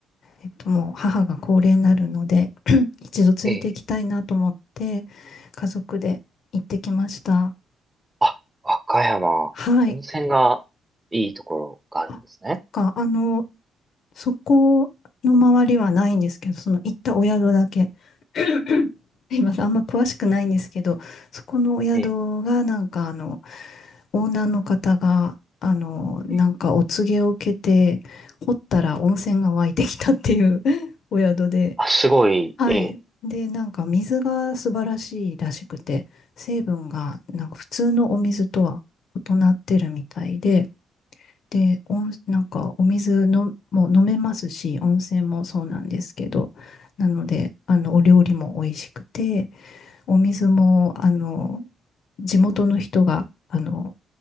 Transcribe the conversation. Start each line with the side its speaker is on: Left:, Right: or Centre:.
Left: えっと、もう母が高齢になるので、<clears throat> 一度連れて行きたいなと思って、
Right: ええ、ええ。
Left: 家族で行ってきました。
Right: あ、和歌山、
Left: はい。
Right: 温泉がいいところがあるんですね。
Left: あなんか、あの、そこの周りはないんですけど、その行ったお宿だけ。<laughs> すいません、あんま詳しくないんですけど、そこのお宿がなんかあの、
Right: ええ、
Left: オーナーの方が、あの、なんかお告げを受けて、
Right: ええ
Left: 掘ったら温泉が湧いてきたっていう <laughs> お宿で、
Right: あ、すごい、
Left: はい。
Right: ええ。
Left: で、なんか水が素晴らしいらしくて、成分がなんか普通のお水とは異なってるみたいで、で、温なんかお水のもう飲めますし、温泉もそうなんですけど、なので、あの、お料理も美味しくて、お水も、あの、地元の人が、あの、